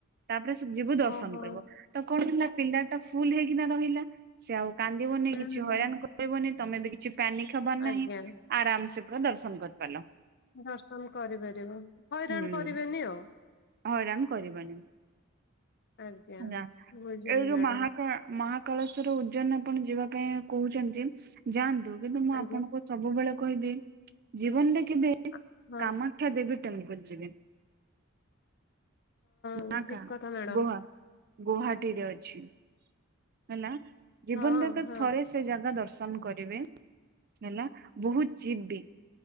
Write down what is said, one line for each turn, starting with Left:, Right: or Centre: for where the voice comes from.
Right: ତାପରେ ସେ ଯିବୁ ଦର୍ଶନ
Left: ଓହୋ
Right: କରିବ। ତ କଣ ହେଲା ପିଲା ଟା ଫୁଲ ହେଇକିନା ରହିଲା ସେ ଆଉ କାନ୍ଦିବନି
Left: ହୁଁ
Right: କିଛି
Left: ହୁଁ
Right: ହଇରାଣ କରି ବନି ତମେ ବି କିଛି ପାନିକ ହବାର
Left: ଆଜ୍ଞା
Right: ନାହିଁ। ଆରାମ ସେ ପୂରା ଦର୍ଶନ କରିପାରିଲ।
Left: ଦର୍ଶନ କରିପାରିବ ହଇରାଣ
Right: ହୁଁ।
Left: କରିବେନି ଆଉ।
Right: ହଇରାଣ କରିବନି
Left: ଆଜ୍ଞା
Right: ହେଲା।
Left: ବୁଝିଲି
Right: ଏଇ ଯୋଉ
Left: ମ୍ୟାଡାମ
Right: ମହାକା ମହା କଳସର ଉଜନ ଆପଣ ଯିବା ପାଇଁ କହୁଛନ୍ତି। ଯାଆନ୍ତୁ କିନ୍ତୁ ମୁଁ
Left: ଆଜ୍ଞା
Right: ଆପଣଙ୍କୁ ସବୁବେଳେ କହିବି ଜୀବନରେ କେବେ
Left: ଆ- ହଁ
Right: କାମ କ୍ଷ୍ୟ ଦେବି ଟେମ୍ପଲ୍ ଯିବେନି। କାମାକ୍ଷା
Left: ହଁ ଠିକ କଥା ମ୍ୟାଡାମ
Right: ଗୋଆ ଗୌହାଟୀରେ ଅଛି ହେଲା ଜୀବନଟାକ
Left: ହଁ ହଁ
Right: ଥରେ ସେ ଜାଗା ଦର୍ଶନ କରିବେ ହେଲା ବହୁତ୍ ଚିପ୍ ବି